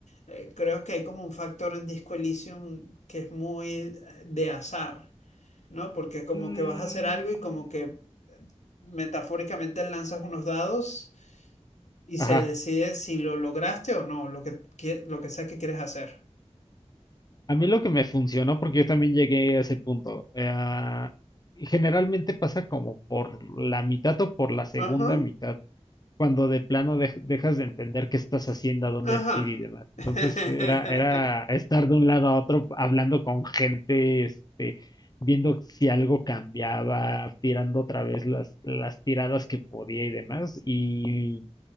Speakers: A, on the left; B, on the left.
A: eh, creo que hay como un factor en Disco Elysium que es muy eh, de azar, ¿no? Porque como
B: Mm,
A: que vas a hacer algo y como que metafóricamente lanzas unos dados y
B: ajá.
A: se decide si lo lograste o no, lo que, quie- lo que sea que quieres hacer.
B: A mí lo que me funcionó, porque yo también llegué a ese punto, eh, generalmente pasa como por la mitad o por la segunda
A: Ajá,
B: mitad, cuando de plano dej- dejas de entender qué estás haciendo, a dónde
A: ajá.
B: es ir y demás. Entonces
A: <laughs>
B: era, era estar de un lado a otro hablando con gente, este, viendo si algo cambiaba, tirando otra vez las, las tiradas que podía y demás. Y